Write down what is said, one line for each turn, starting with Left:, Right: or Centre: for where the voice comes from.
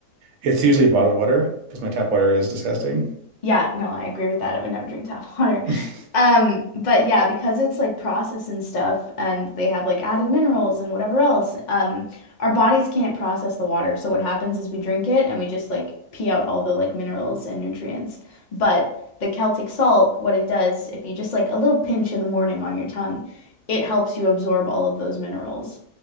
Right: it's usually bottled water because my tap water is disgusting.
Left: Yeah, no, I agree with that. I would never drink tap <laughs> water.
Right: <laughs>
Left: Um, but yeah, because it's like processed and stuff, and they have like added minerals and whatever else, um, our bodies can't process the water. So what happens is we drink it and we just like pee out all the like minerals and nutrients. But the Celtic salt, what it does, if you just like a little pinch in the morning on your tongue, it helps you absorb all of those minerals